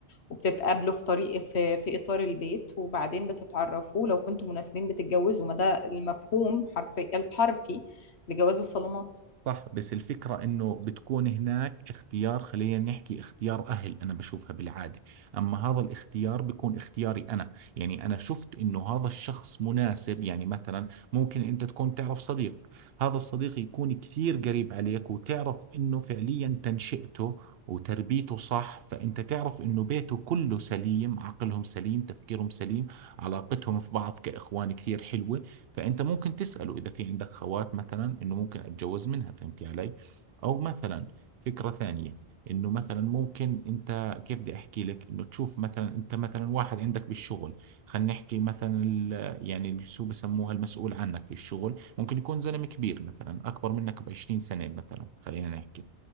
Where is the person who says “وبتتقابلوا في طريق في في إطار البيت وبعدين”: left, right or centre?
Left